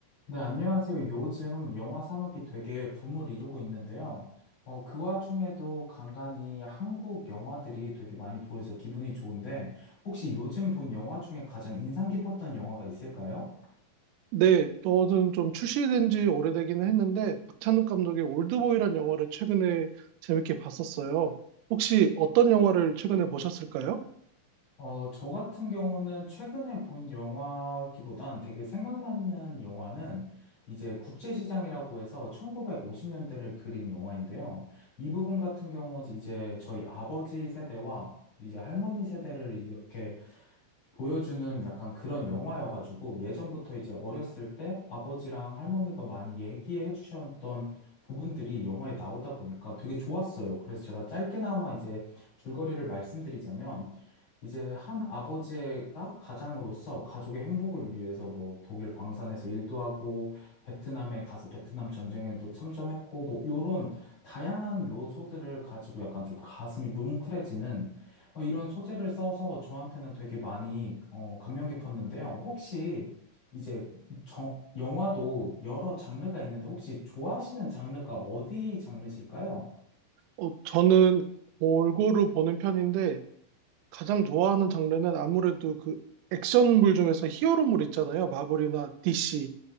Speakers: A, on the left; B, on the right.
A: 네, 안녕하세요. 요즘 영화 산업이 되게 붐을 이루고 있는데요. 어, 그 와중에도 간간이 한국 영화들이 되게 많이 보여서 기분이 좋은데, 혹시 요즘 본 영화 중에 가장 인상 깊었던 영화가 있을까요?
B: 네, 너는 좀 출시된 지 오래되긴 했는데 박찬욱 감독의 올드보이란 영화를 최근에 재밌게 봤었어요. 혹시 어떤 영화를 최근에 보셨을까요?
A: 어, 저 같은 경우는 최근에 본 영화기보단 되게 생각나는 영화는 이제 국제시장이라고 해서 1950년대를 그린 영화인데요. 이 부분 같은 경우 이제 저희 아버지 세대와 이제 할머니 세대를 이렇게 보여주는 약간 그런 영화여가지고 예전부터 이제 어렸을 때 아버지랑 할머니가 많이 얘기해 주셨던 부분들이 영화에 나오다 보니까 되게 좋았어요. 그래서 제가 짧게나마 이제 줄거리를 말씀드리자면 이제 한 아버지가 가장으로서 가족의 행복을 위해서 뭐 독일 광산에서 일도 하고 베트남에 가서 베트남 전쟁에도 참전했고 뭐 요런 다양한 요소들을 가지고 약간 좀 가슴이 뭉클해지는 어, 이런 소재를 써서 저한테는 되게 많이 어, 감명 깊었는데요. 혹시 이제 저- 영화도 여러 장르가 있는데 혹시 좋아하시는 장르가 어디 장르실까요?
B: 어, 저는 골고루 보는 편인데 가장 좋아하는 장르는 아무래도 그 액션물 중에서 히어로물 있잖아요. 마블이나 DC